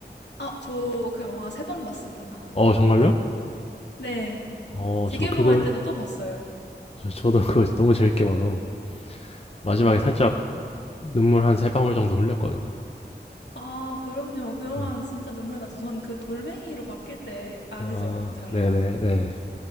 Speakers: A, on the left (about 80°); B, on the left (about 35°).
A: 아, 저 그 영화 세 번 봤습니다.
B: 어, 정말요?
A: 네.
B: 어,
A: 재개봉할
B: 저 그걸
A: 때도 또 봤어요.
B: 저, 저도 그거 너무 재밌게 봐서 마지막에 살짝 눈물 한 세 방울 정도 흘렸거든요.
A: 아, 그럼요. 그 영화는
B: 예.
A: 진짜 눈물 나죠. 전 그 돌멩이로 바뀔 때 아시죠?
B: 아,
A: 그 장면.
B: 네네, 네.